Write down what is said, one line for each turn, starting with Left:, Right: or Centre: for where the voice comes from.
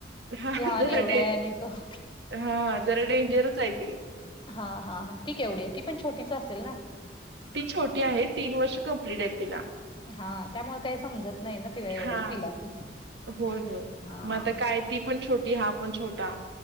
Right: हा
Left: लहान
Right: जरा
Left: एवढा
Right: डे
Left: आहे आणि तो
Right: हा जरा डेंजरच आहे ती
Left: हा हा हा ती केवढी हाय ती पण छोटीच असेल ना?
Right: ती छोटी आहे तीन वर्ष कम्प्लीट आहे तिला.
Left: हा त्यामुळे काय समजत नाही ना तिला एवढं
Right: हा
Left: तिला पण
Right: होय होय.
Left: हा
Right: मग आता काय ती पण छोटी हा पण छोटा.